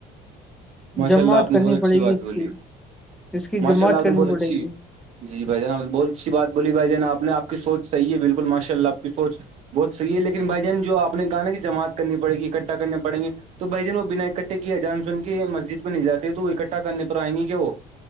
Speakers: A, on the right; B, in the centre.
A: ماشاء
B: جماعت
A: اللہ آپ نے
B: کرنی
A: بہت اچھی
B: پڑے
A: بات
B: گی اس
A: بولی
B: کی اس کی
A: ماشاء
B: جماعت
A: اللہ آپ
B: کرنی
A: نے بہت اچھی
B: پڑے گی
A: جی بھائی جان بہت اچھی بات بولی بھائی جان آپ آپ سوچحی ہے بالکل ماشاءلہ فور بہتحیح ہے لیکن بھائین جو آپ نے کہا کہ جماعت کرنی پڑ گی اکٹا کرنے پڑیں گے تو بھائیجن وہ بنا اکٹھے کیا جان سن کے مسجد میں نہیں جاتے تو اکٹے کرنی پر آئیں گے کیا وہ